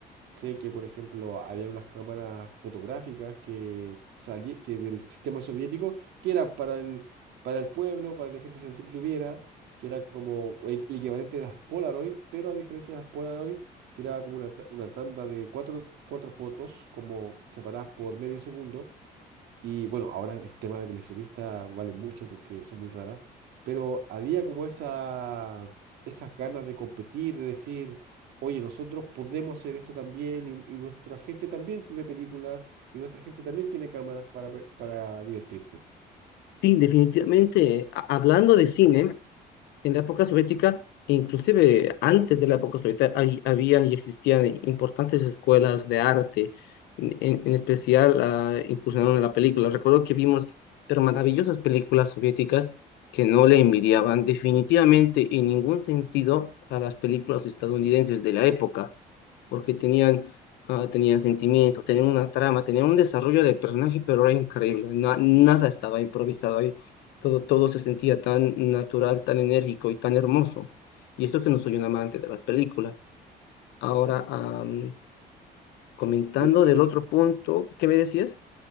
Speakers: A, on the right; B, on the left.
A: Sé que, por ejemplo, había unas cámaras fotográficas que, salí- que del sistema soviético que eran para el para el pueblo, para que la gente se entretuviera, que era como el, el equivalente de las Polaroid, pero a diferencia de las Polaroid, tiraba como una, ta- una tanda de cuatro, cuatro fotos, como separadas por medio segundo. Y bueno, ahora es tema de coleccionista, valen mucho porque son muy raras, pero había como esa, esas ganas de competir, de decir, oye, nosotros podemos hacer esto también y, y nuestra gente también ve películas y nuestra gente también tiene cámaras para, ver- para divertirse.
B: Sí, definitivamente, a- hablando de cine, En la época soviética, inclusive antes de la época soviética, hay- habían y existían importantes escuelas de arte, en, en especial ah, incursionaron en la película. Recuerdo que vimos pero maravillosas películas soviéticas que no le envidiaban definitivamente en ningún sentido a las películas estadounidenses de la época porque tenían, ah, tenían sentimientos, tenían una trama, tenían un desarrollo del personaje, pero era increíble, na- nada estaba improvisado ahí, todo, todo se sentía tan natural, tan enérgico y tan hermoso. Y esto que no soy un amante de las películas. Ahora, am, comentando
A: Eh,
B: del
A: no-
B: otro punto, ¿qué me decías?